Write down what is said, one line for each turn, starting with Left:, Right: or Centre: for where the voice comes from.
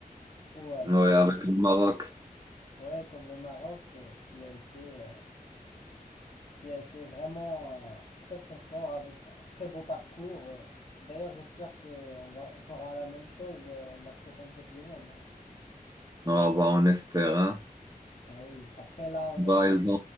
Left: où euh,
Right: Ouais,
Left: cer-
Right: avec le Maroc.
Left: ouais, comme le Maroc, euh, qui a été euh, qui a été vraiment euh, très très fort avec un très beau parcours. Euh, D'ailleurs, j'espère qu'on va, on fera la même chose euh, la prochaine Coupe du Monde. hein.
Right: Ah, bah, on espère, hein.
Left: Eh oui, après là, on
Right: Bah,
Left: a
Right: ils ont,